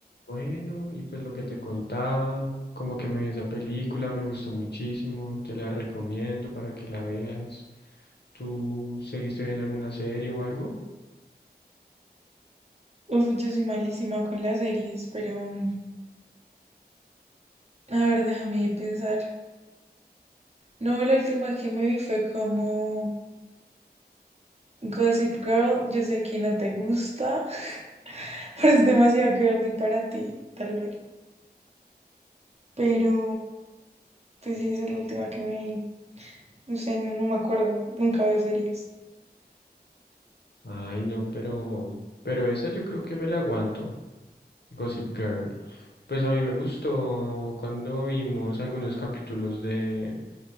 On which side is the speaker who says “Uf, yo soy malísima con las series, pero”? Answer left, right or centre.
Right